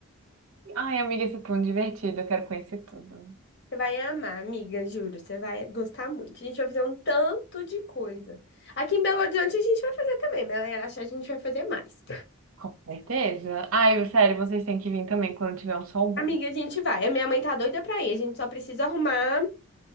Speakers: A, on the right; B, on the left.
A: Ai, amiga, esse ponto divertido, eu quero conhecer tudo.
B: Você vai amar, amiga, juro. Você vai gostar muito. A gente vai fazer um tanto de coisa. Aqui em Belo Horizonte a gente vai fazer também, mas lá em Araxá a gente vai fazer mais.
A: Com certeza. Ai, sério, vocês têm que vir também quando tiver um sol bom.
B: Amiga, a gente vai. A minha mãe tá doida pra ir. A gente só precisa arrumar